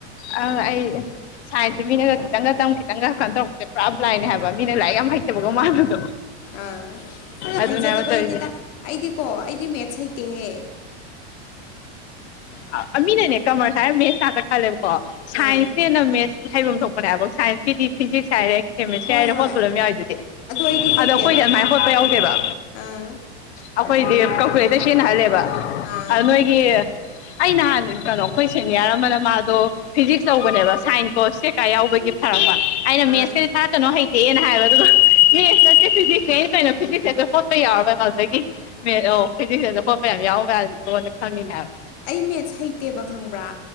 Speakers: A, on the left; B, on the left.
A: ꯑ ꯑꯩ ꯁꯥꯏꯟꯁꯁꯦ ꯃꯤꯅꯒ ꯈꯤꯇꯪꯒ ꯇꯝ ꯈꯤꯇꯪꯒ ꯀꯩꯅꯣ ꯇꯧꯔꯛꯁꯦ ꯄꯨꯔꯥꯕ ꯂꯥꯏꯅꯦ ꯍꯥꯏꯕ ꯃꯤꯅ ꯂꯥꯏꯔꯤꯛ ꯌꯥꯝ ꯍꯩꯇꯕꯀꯣ ꯃꯥꯟꯕꯗꯣ
B: ꯑꯥ ꯑꯣ
A: ꯑꯗꯨꯅꯦ
B: ꯍꯩꯖꯗꯕꯩꯅꯤꯗ
A: ꯍꯥꯏꯕ ꯇꯧꯔꯤꯁꯦ
B: ꯑꯩꯗꯤꯀꯣ ꯑꯩꯗꯤ ꯃꯦꯠꯁ ꯍꯩꯇꯦꯍꯦ
A: ꯑ ꯃꯤꯅꯅꯦ ꯀꯃꯔꯁ ꯍꯥꯏꯔ ꯃꯦꯁꯇ ꯉꯥꯛꯇ ꯈꯜꯂꯦ ꯑꯣ ꯁꯥꯏꯟꯁꯅ
B: ꯑꯥ
A: ꯍꯦꯟꯅ ꯃꯦꯠ ꯍꯩꯐꯝ ꯊꯣꯛꯄꯅꯦꯕ ꯁꯥꯏꯟꯁꯀꯤꯗꯤ ꯐꯤꯖꯤꯛꯁ ꯍꯥꯏꯔꯦ ꯀꯦꯃꯤꯁꯇ꯭ꯔꯤ
B: ꯍꯣꯏ
A: ꯍꯥꯏꯗ
B: ꯍꯣꯏ
A: ꯍꯣꯠꯄ ꯑꯗꯨꯝ ꯌꯥꯎꯏ ꯑꯗꯨꯗꯤ
B: ꯑꯩꯗꯤ ꯍꯩꯇꯦꯕ
A: ꯑꯗꯣ ꯑꯩꯈꯣꯏꯗꯤ ꯑꯗꯨꯃꯥꯏꯅ ꯍꯣꯠꯄ ꯌꯥꯎꯗꯦꯕ
B: ꯑꯥ
A: ꯍꯈꯣꯏꯗꯤ ꯀꯥꯜꯀꯨꯂꯦꯇꯔ ꯁꯤꯖꯤꯟꯅꯍꯜꯂꯦꯕ
B: ꯑꯥ
A: ꯑꯗꯨꯅꯒꯤ ꯑꯩ ꯅꯍꯥꯟ ꯀꯩꯅꯣ ꯑꯩꯈꯣꯏ ꯁꯦꯅꯤꯌꯔ ꯑꯃꯅ ꯃꯥꯗꯣ ꯐꯤꯖꯤꯛꯁ ꯇꯧꯕꯅꯦꯕ ꯁꯥꯏꯟꯁ ꯀꯣ ꯁꯦꯀꯥ ꯌꯥꯎꯕꯒꯤ ꯊꯥꯔꯛꯄ ꯑꯩꯅ ꯃꯦꯁ
B: ꯑꯥ
A: ꯀꯔꯤ ꯊꯥꯔꯛꯀꯅꯣ ꯍ ꯍꯦꯅ ꯍꯥꯏꯕ ꯑꯗꯨꯒ ꯃꯦꯠꯁ ꯅꯠꯇꯦ ꯐꯤꯖꯤꯛꯁ ꯑꯩꯅ ꯀꯩꯅꯣ ꯐꯤꯖꯤꯛꯁꯦꯗ ꯈꯣꯠꯄ ꯌꯥꯎꯔꯣꯏ ꯀꯩꯅꯣ ꯑꯗꯨꯗꯒꯤ ꯃꯦꯠꯁ ꯑꯣ ꯐꯤꯖꯤꯛꯁꯦꯁꯨ ꯈꯣꯠꯄ ꯌꯥꯝ ꯌꯥꯎꯕ꯭ꯔꯅ ꯀꯣꯟꯅ ꯈꯪꯉꯤꯅꯦ ꯍꯥꯏꯕ
B: ꯑꯩ ꯃꯦꯠꯁ ꯍꯩꯇꯦꯕ ꯈꯪꯕ꯭ꯔꯥ